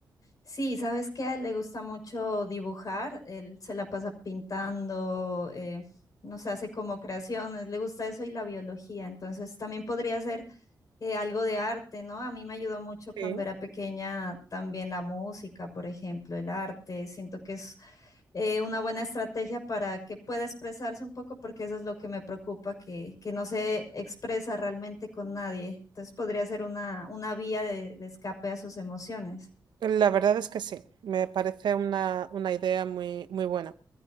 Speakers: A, on the left; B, on the right.
A: Sí, ¿sabes qué? A él le gusta mucho dibujar, él se la pasa pintando, eh, no sé, hace como creaciones, le gusta eso y la biología, entonces también podría ser eh, algo de arte, ¿no? A mí me ayudó mucho cuando
B: Sí.
A: era pequeña también la música, por ejemplo, el arte. Siento que es eh, una buena estrategia para que pueda expresarse un poco, porque eso es lo que me preocupa, que, que no se expresa realmente con nadie. Entonces podría ser una, una vía de, de escape a sus emociones.
B: La verdad es que sí, me parece una, una idea muy, muy buena.